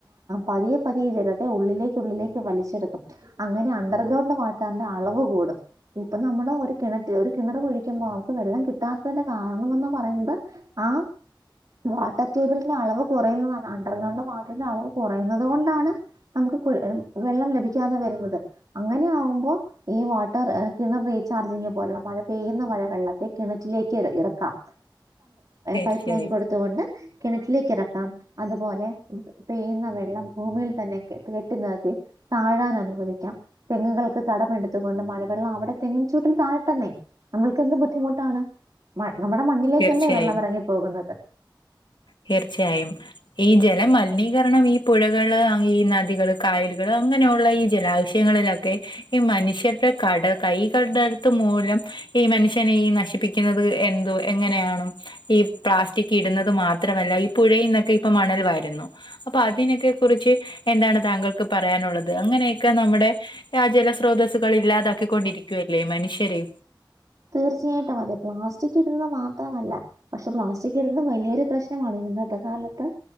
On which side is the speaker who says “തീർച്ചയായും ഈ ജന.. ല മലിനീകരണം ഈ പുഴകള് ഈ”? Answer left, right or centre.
Left